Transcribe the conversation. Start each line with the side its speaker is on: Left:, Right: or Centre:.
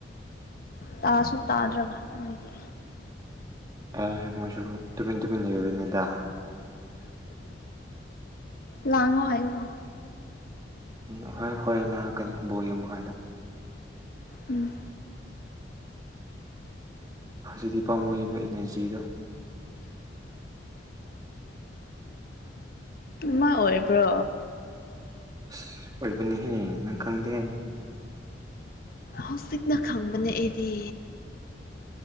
Left: ꯇꯥꯁꯨ ꯇꯥꯗ꯭ꯔꯒ ꯃꯣꯏꯒꯤ
Right: ꯑꯦ ꯃꯣꯏꯁꯨ ꯇꯨꯃꯤꯦꯟ ꯇꯨꯃꯤ ꯂꯩꯟꯅꯗ
Left: ꯂꯉꯣ ꯍꯥꯏꯣ
Right: ꯎꯝ ꯍꯣꯏ ꯍꯣꯔꯦꯟ ꯅꯥꯔꯛꯀꯅꯤ ꯕꯣꯔ ꯌꯦꯡꯕ ꯀꯥꯟꯗ
Left: ꯎꯝ
Right: ꯍꯧꯖꯤꯛꯇꯤ ꯄꯥꯝꯃꯣꯏꯏꯕ ꯏꯅꯔꯖꯤꯗꯣ
Left: ꯃꯥꯏ ꯑꯣꯏꯕ꯭ꯔꯣ
Right: ꯑꯁ ꯑꯣꯏꯕꯅꯤꯍꯦ ꯅꯪ ꯈꯪꯗꯦ
Left: ꯍꯧꯖꯤꯛꯅ ꯈꯪꯕ ꯅ ꯑꯩꯗꯤ